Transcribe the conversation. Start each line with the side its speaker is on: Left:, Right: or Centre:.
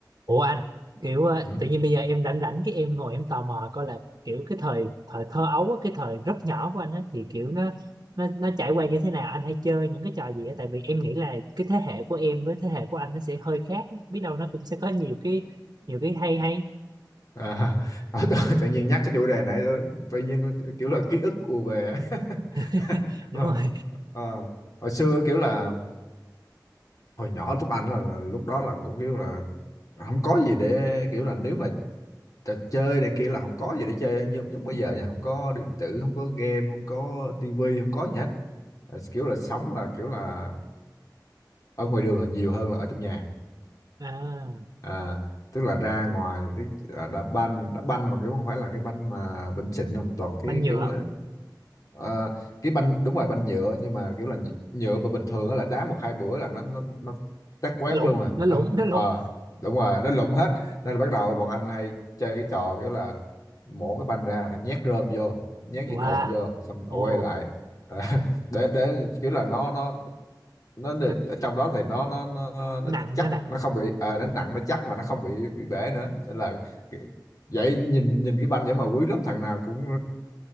Right: Ủa anh kiểu ờ,
Left: Ừ.
Right: tự nhiên bây giờ em rảnh rảnh cái em ngồi em tò mò coi là kiểu cái thời thời thơ ấu á, cái thời rất nhỏ của anh á thì kiểu nó nó nó trải qua như thế nào anh hay chơi những cái trò gì á tại vì em nghĩ là cái thế hệ của em với thế hệ của anh nó sẽ hơi khác biết đâu nó cũng sẽ có nhiều cái nhiều cái hay hay
Left: À, <laughs> tự, tự nhiên nhắc cái chủ đề này tự nhiên kiểu là ký ức ùa về <laughs>
Right: <laughs> đúng
Left: Ờ,
Right: rồi
Left: ờ. hồi xưa kiểu là hồi nhỏ lúc anh là, là lúc đó là cũng kiểu là không có gì để kiểu là nếu mà trò chơi này kia là không có gì để chơi nhưng giống bây giờ nha không có điện tử không có game không có tivi không có gì hết Ờ, kiểu là sống là kiểu là ở ngoài đường là nhiều hơn là ở trong nhà
Right: à,
Left: à, tức là ra ngoài tức là đá banh đá banh mà kiểu không phải là cái banh mà banh xịn đâu mà toàn cái
Right: banh nhựa
Left: kiểu là Ờ, cái banh đúng rồi banh nhựa nhưng mà kiểu là nhựa nhựa mà bình thường á là đá một hai bữa là nó nó nó tét quét
Right: lủng
Left: luôn à
Right: nó lủng
Left: nó
Right: nó lủng
Left: ờ, đúng rồi nó lụng hết nên là bắt đầu bọn anh hay chơi cái trò kiểu là mổ cái banh ra thằng nhét rơm vô nhét gì
Right: wow
Left: đụng vô xong rồi
Right: ồ
Left: quay lại Ờ, <laughs> để để kiểu là nó nó nó được-
Right: nó
Left: ở trong đó thì nó nó nó,
Right: nặng
Left: nó chắc
Right: nó nặng
Left: nó không bị à, nó nặng nó chắc và nó không bị bị bể nữa nên là cái- vậy nhìn nhìn cái banh vậy mà quý lắm thằng nào cũng